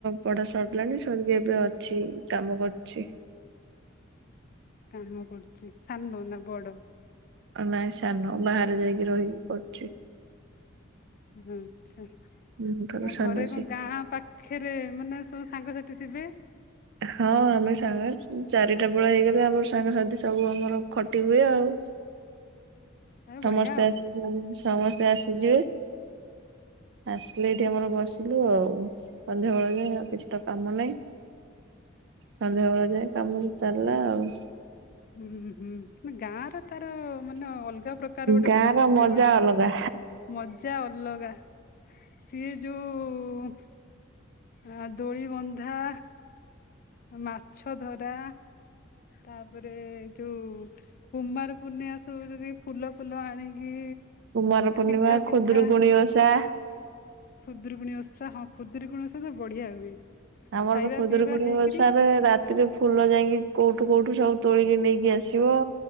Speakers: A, on the right; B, on the left.
A: ପଢା ସରିଲାଣି ସରିକି ଏବେ ଅଛି କାମ କରୁଛି।
B: କାମ କରୁଛି ସାନ ନା ବଡ?
A: ନାଇଁ ସାନ ବାହାରେ ଯାଇକି ରହିକି ପଢୁଛି।
B: ଆଛା ଆଉ
A: ହୁଁ ତାର ସାନ
B: ଘରେ
A: ସିଏ।
B: କଣ ଗାଁ ପାଖ ପାଖରେ ମାନେ ସବୁ ସାଙ୍ଗସାଥି ଥିବେ।
A: ହଁ ଆମେ ସାଙ୍ଗ ଚାରିଟା ବେଳ ହେଇଗଲେ ଆମର ସାଙ୍ଗସାଥି ସବୁ ଆମର ଖଟି ହୁଏ ଆଉ।
B: ଏ
A: ସମସ୍ତେ
B: ବଢିଆ ଆଉ।
A: ଆସି ସମସ୍ତେ ଆସିଯିବେ। ଆସିଲେ ଏଇଠି ଆମର ବସିଲୁ ଆଉ ସନ୍ଧ୍ୟାବେଳ ଯାଏ କିଛି ତ କାମ ନାହିଁ। ସନ୍ଧ୍ୟାବେଳେ ଯାଏ କାମକୁ ଚାଲିଲା ଆଉ।
B: ହୁଁ ହୁଁ ନା ଗାଁରେ ତାର ମାନେ ଅଲଗା ପ୍ରକାର ଗୋଟେ
A: ଗାଁ
B: ଖୁସି
A: ର ମଜା
B: ଗୋଟେ।
A: ଅଲଗା
B: ମଜା ଅଲଗା ସିଏ ଯୋଉ। ଆ ଦୋଳି ବନ୍ଧା। ମାଛ ଧରା ତାପରେ ଯୋଉ। କୁମାର ପୂର୍ଣ୍ଣିମା ସବୁ ଯେତିକୀ ଫୁଲ ଫୁଲ ଆଣିକି।
A: କୁମାର ପୂର୍ଣ୍ଣିମା,
B: ପିଠା ପିଠା
A: ଖୁଦୁରୁକୁୁଣି ଓଷା।
B: ଖୁଦୁରୁକୁଣୀ ଓଷା ହଁ ଖୁଦୁରୁକୁଣୀ ଓଷା ତ ବଢିଆ ହୁଏ।
A: ଆମର
B: ଖାଇବା
A: ତ ଖୁଦୁରୁକୁଣୀ
B: ପିଇବା ହେଇକିରି
A: ଓଷା ରେ ରା ତି ରେ ଫୁଲ ଯାଇକି କୋଉଠୁ କୋଉଠୁ ସବୁ ତୋଳିକି ନେଇକି ଆସିବ।